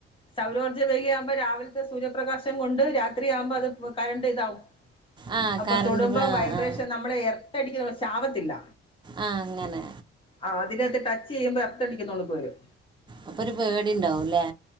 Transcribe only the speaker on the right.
ആ
കറണ്ട്
ബി- ആ
ആ
ആഹ് അങ്ങനെ
അപ്പൊ ഒരു പേടി ഉണ്ടാവുല്ലേ